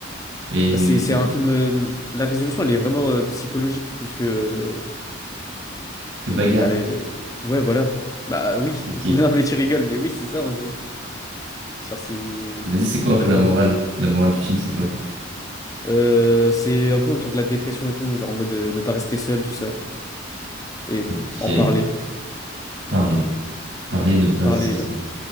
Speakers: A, on the right; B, on the left.
A: et...
B: Bah, c'est c'est un film. euh, La résolution, elle est vraiment euh, psychologique plus que. euh,
A: que bagarre.
B: enfin, les- les- Ouais, voilà. Bah oui.
A: Ok.
B: <laughs> Non, mais tu rigoles, mais oui, c'est ça, en gros. Genre, c'est.
A: Vas-y, c'est quoi
B: C'est
A: un peu
B: de la
A: la
B: parole
A: morale?
B: et tout.
A: La morale du film, c'est quoi?
B: Euh, c'est un peu autour de la dépression et tout, genre en mode euh, ne pas rester seul, tout ça. Et
A: Ok.
B: en parler.
A: Parler. Parler, ne pas
B: Parler.
A: rester seul.